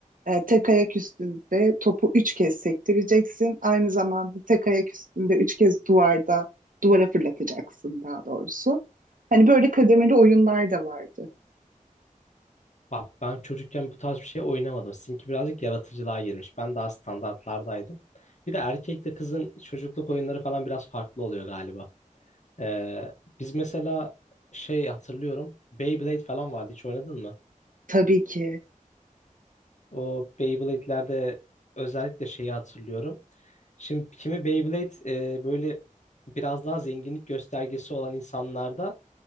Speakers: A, on the right; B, on the left.
A: Ee, tek ayak üstünde topu üç kez sektireceksin. Aynı zamanda tek ayak üstünde üç kez duvarda duvara fırlatacaksın daha doğrusu. Hani böyle kademeli oyunlar da vardı.
B: Bak ben çocukken bu tarz bir şey oynamadım. Sizinki birazcık yaratıcılığa girmiş. Ben daha standartlardaydım. Bir de erkekle kızın çocukluk oyunları falan biraz farklı oluyor galiba. Ee, biz mesela şey hatırlıyorum. Beyblade falan vardı. Hiç oynadın mı?
A: Tabii ki.
B: O Beyblade'lerde özellikle şeyi hatırlıyorum. Şimdi kimi Beyblade e, böyle biraz daha zenginlik göstergesi olan insanlarda